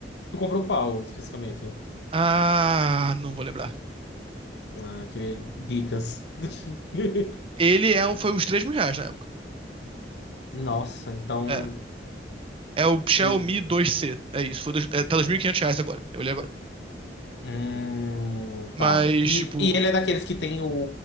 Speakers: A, on the left; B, on the right.
A: Tu comprou qual especificamente?
B: Ah, não vou lembrar.
A: Ah, eu queria dicas. <laughs>
B: Ele é um, foi uns três mil reais na época.
A: Nossa, então.
B: É. É o Xiaomi
A: Tem...
B: 2C. É isso. Foi dois, é, tá
A: é,
B: dois mil e quinhentos reais agora. Eu olhei agora.
A: Hum,
B: Mas,
A: tá. E,
B: tipo,
A: e ele é daqueles que tem o,